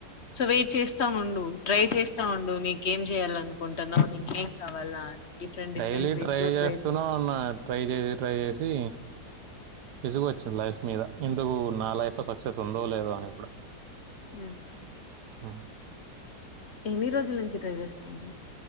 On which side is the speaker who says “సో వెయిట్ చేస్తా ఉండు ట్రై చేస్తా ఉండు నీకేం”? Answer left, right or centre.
Left